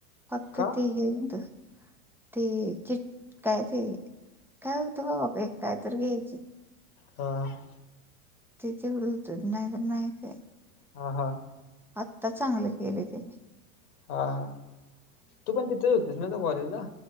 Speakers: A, in the centre; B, on the left.
A: फक्त
B: का
A: ते हे होत. ते च, काय ते? काय होतं बा बा काय तर <unintelligible>
B: हा हा.
A: ते तेवढं होत. नाही तर नाही काय-
B: ह हा.
A: आत्ता चांगलं केलय त्यानी.
B: हा हा. तू पण तिथेच होतीस ना त्या कॉलेजला?